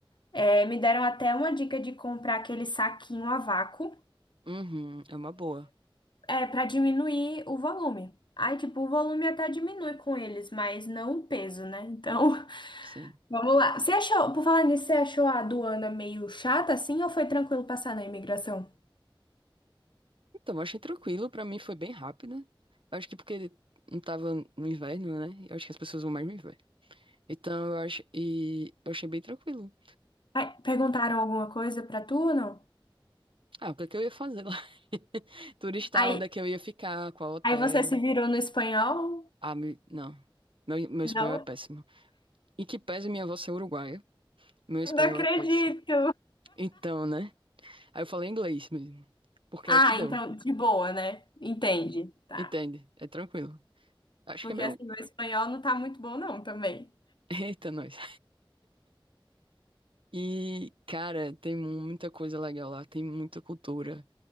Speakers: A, on the left; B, on the right.
A: É, me deram até uma dica de comprar aquele saquinho a vácuo,
B: Uhum, é uma boa.
A: é, para diminuir o volume. Aí, tipo, o volume até diminui com eles, mas não o peso, né? Então, <laughs>
B: Sim.
A: vamos lá. Você achou, por falar nisso, você achou a aduana meio chata assim ou foi tranquilo passar na imigração?
B: Então, eu achei tranquilo. Pra mim foi bem rápida acho que porque não tava no inverno, né? Eu acho que as pessoas vão mais no inverno. Então, eu acho. E eu achei bem tranquilo.
A: Ai, perguntaram alguma coisa pra tu, não?
B: Ah, o que é que eu ia fazer lá? <laughs> Turistar,
A: Aí,
B: onde é que eu ia ficar? Qual hotel?
A: aí você se virou no espanhol?
B: Ah, me- não. Meu, meu
A: Não?
B: espanhol é péssimo. Em que pese minha avó ser uruguaia, meu espanhol
A: Não acredito.
B: é péssimo. Então, né? Aí eu falei inglês mesmo. Porque
A: Ah,
B: é o que deu.
A: então, de boa, né? Entende, tá.
B: Entende? É tranquilo. Acho
A: Porque
B: que é meu.
A: assim, meu espanhol não tá muito bom, não, também.
B: <laughs> Eita, nós. E, cara, tem muita coisa legal lá, tem muita cultura,